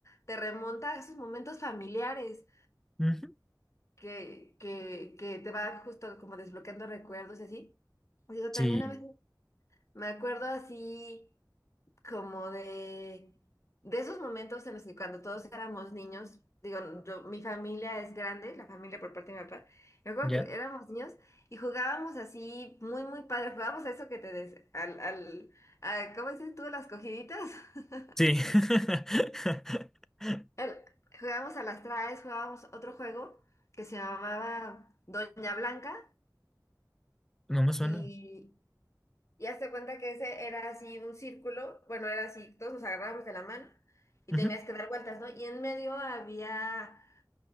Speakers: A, on the left (about 40°); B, in the centre.
A: te remonta a esos momentos familiares.
B: <laughs> Ujú.
A: que, que, que te va justo como desbloqueando recuerdos y así. Digo,
B: Sí,
A: también a veces me acuerdo así como de, de esos momentos en los que cuando todos éramos niños, digo, yo, mi familia es grande, la familia por parte de mi papá, me acuerdo
B: ya.
A: que éramos niños y jugábamos así muy, muy padre, jugábamos a eso que te des, al, al, a- ¿cómo dices tú? Las cogiditas. <laughs>
B: Sí. <laughs>
A: El- jugábamos a las traes, jugábamos otro juego que se llamaba Doña Blanca.
B: No me suena.
A: Y, Y hazte cuenta que ese era así un círculo, bueno, era así, todos nos agarrábamos de la mano y
B: Ujú.
A: tenías que dar vueltas, ¿no? Y en medio había